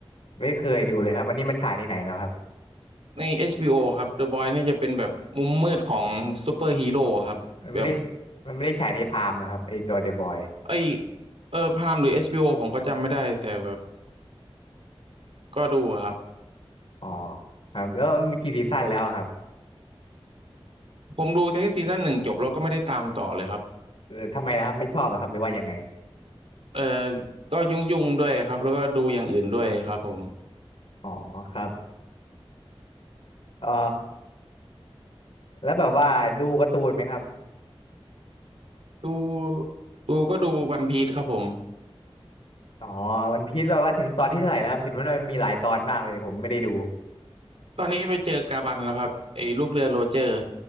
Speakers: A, on the left; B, on the right.
A: ไม่เคยดูเลยครับอันนี้มันฉายในไหนแล้วครับ
B: ใน HBO ครับ The Boy นี่จะเป็นแบบมุมมืดของซูเปอร์ฮีโร่ครับแบบ
A: มันไม่ได้มันไม่ได้ฉายในพามนะครับไอตัวเดอะบอย
B: เอ้ยเออพามหรือ HBO ผมก็จำไม่ได้แต่แบบก็ดูอะครับ
A: อ๋อครับแล้วมีกี่ซีซั่นแล้วครับ
B: ผมดูแค่ซีซั่นหนึ่งจบแล้วก็ไม่ได้ตามต่อเลยครับ
A: เออทำไมนะครับไม่ชอบเหรอครับหรือว่ายังไง
B: เออก็ยุ่งๆด้วยครับแล้วก็ดูอย่างอื่นด้วยครับผม
A: อ๋อครับเอ่อ แล้วแบบว่าดูการ์ตูนไหมครับ
B: ดูดูก็ดูวันพี e ครับผม
A: อ๋อวันพีซแบบว่าถึงตอนที่เท่าไหร่แล้วครับเห็นว่ามันมีหลายตอนมากเลยผมไม่ได้ดู
B: ตอนนี้ไปเจอกาบันแล้วครับไอ้ลูกเรือโรเจอร์